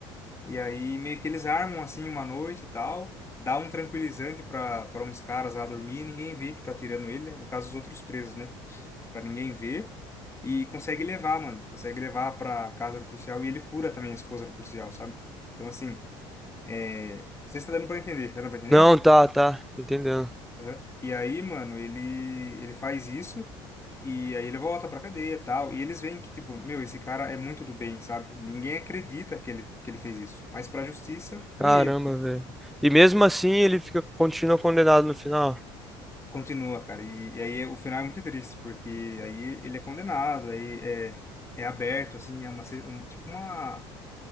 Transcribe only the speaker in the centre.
Não, tá, tá. Tô Entendendo.
Caramba,
velho. E mesmo assim ele fica, continua condenado no final.